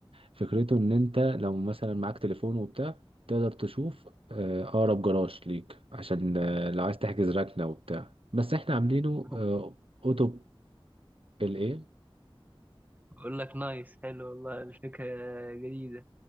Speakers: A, on the right; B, on the right.
A: فكرته ان انت لو مثلا معاك تليفون وبتاع تقدر تشوف آه، اقرب جراج ليك عشان آه، لو عايز تحجز ركنة وبتاع بس احنا عاملينه
B: <laughs>
A: آه، اوتو الايه
B: بقول لك نايس حلو والله الفكرة جديدة